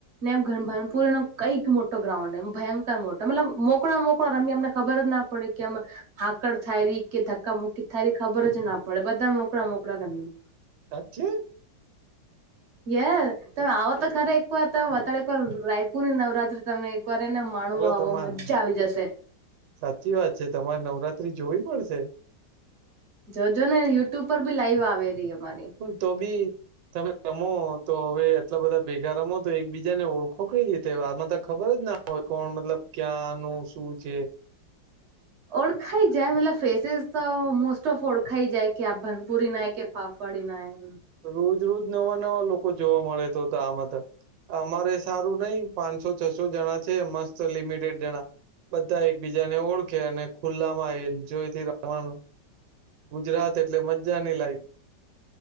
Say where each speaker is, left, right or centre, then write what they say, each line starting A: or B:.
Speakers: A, on the right; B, on the right.
A: ને એમ ઘભરનપુર નો કઈક મોટો ગ્રાઉન્ડ એમ ભયંકર મોટો મતલબ મોકળા મોકળ રમી એમને ખબર જ ના પડે કે હાકડ થાય ર કે ધક્ મુકી તારી ખબર જ ના પડે બધા મોકળા મોકળા તમને
B: સા છે
A: યાર તમે આવો તો ખરે એક વાર તમે અત વાર રાયપુર ની નવરાત્રી તમે કરે ને માણું
B: એટલે
A: આવો
B: તમારે
A: મજ્જા આવી જશે
B: સાચી વાત છે તમારે નવરાત્રી જોવી પડશે
A: જોજ ને યુટ્યુબ પર બી લાઈવ આવે રહી અમારી
B: હ તો ભી તમે રમો તો હવે આટલા બધા ભેગા રમો તો એકબીજાને ઓળખો કઈ રીતે આમાં તો ખબર જ હોય, કોણ મતલબ ક્યાંનું શું છે?
A: ઓળખાઈ જાય મતલબ ફેસેિસ તો મોસ્ટ ઓફ ઓળખાઈ જાય કે આ ભનપૂરી ના કે પાાફડી નાાય
B: રોજ રોજ નવા નવા લોકો જોવા મળે તો તો આમાં તો. અમારે સારું નહિ પાંચસો છસો જણા છે મસ્ત લિમિટેડ જણા બધા એક બીજાને ઓળખે અને ખુલ્લા માં આવી જોઈ રવાનું ગુજરાત એટલે મજા નઈ લાયક